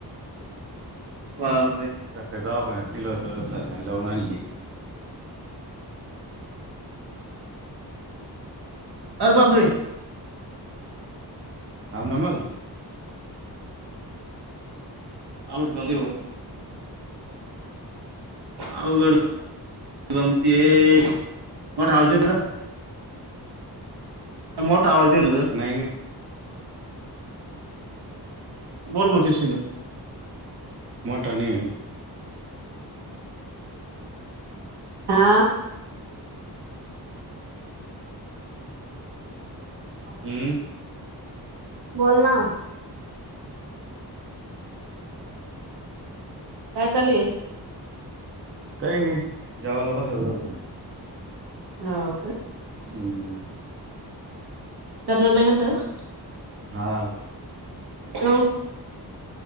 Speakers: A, on the right; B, on the right.
A: बापरे
B: सकाळी दवाखान्यात नेलं हुतं सलाईन लावून आणली
A: अर बापरे
B: हाऊ ना मंग
A: अंगलोट कमी हो अवगड दमतीये मंग राहूदे तिला मोठा आवाज दिल
B: नाही नाही
A: बोल भाऊ तीस सेकंद
B: मोठा नाही
A: हा
B: हम्
A: बोल ना‌ काय चालू आहे?
B: काही नाही. जेवामला बसायच होत.
A: हो
B: हम्म हम्म
A: कर्नाला गेलता का?
B: हां
A: हॅलो